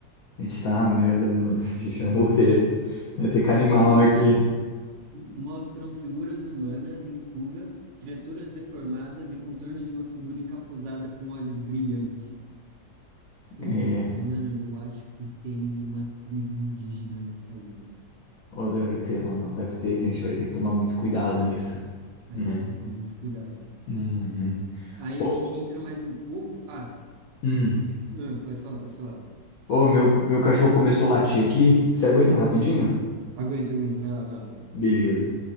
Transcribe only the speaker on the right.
Mostram
figuras,
mostram figuras humanas em fuga, criaturas deformadas e contornos de uma figura encapuzada com olhos brilhantes. Eu
vi, mano, eu acho que tem uma tribo indígena nessa ilha.
A
gente tem que tomar muito cuidado.
Aí
a gente entra mais um pouco. Ah,
mano, pode falar, pode falar.
Aguenta, aguenta, vai lá, vai lá.